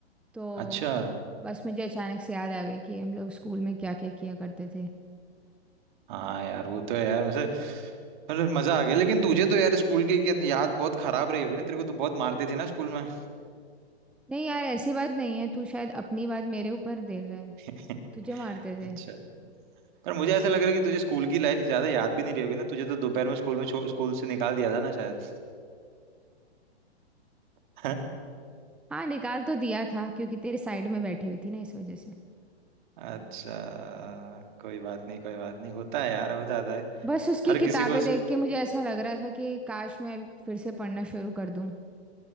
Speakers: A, in the centre; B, on the right.
A: तो
B: अच्छा
A: बस मुझे अचानक से याद आ गई कि हम लोग स्कूल में क्या क्या किया करते थे
B: हाँ यार वो तो है यार वैसे मतलब मजा आ गया लेकिन तुझे तो यार स्कूल की क्या- याद बहुत खराब रही होगी ना तेरे को तो बहुत मारते थे ना स्कूल में
A: नहीं यार ऐसी बात नहीं है तू शायद अपनी बात मेरे ऊपर दे रहा है
B: <laughs>
A: तुझे मारते थे
B: अच्छा पर मुझे ऐसा लग रहा है कि तुझे स्कूल की लाइफ ज्यादा याद भी नहीं रही होगी ना तुझे तो दोपहर में स्कूल में छो- स्कूल से निकाल दिया था ना शायद <laughs> हाँ?
A: हाँ निकाल तो दिया था क्योंकि तेरे साइड में बैठी हुई थी ना इस वजह से
B: अच्छा कोई बात नहीं कोई बात नहीं होता है यार हो जाता है
A: बस उसकी
B: हर किसी
A: किताबें
B: को
A: देख के मुझे ऐसा लग रहा था कि काश मैं फिर से पढ़ना शुरू कर दूं